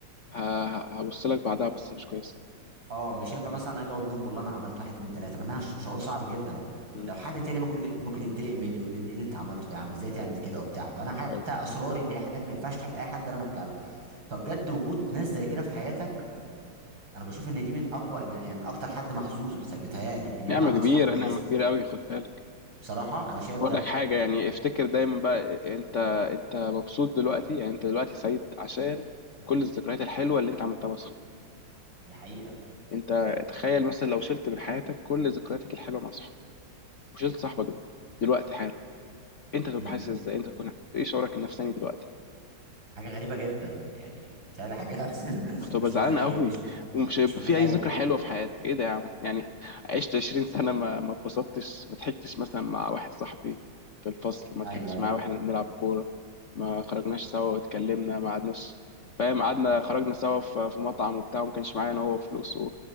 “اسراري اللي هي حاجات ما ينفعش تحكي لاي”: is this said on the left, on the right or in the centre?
Right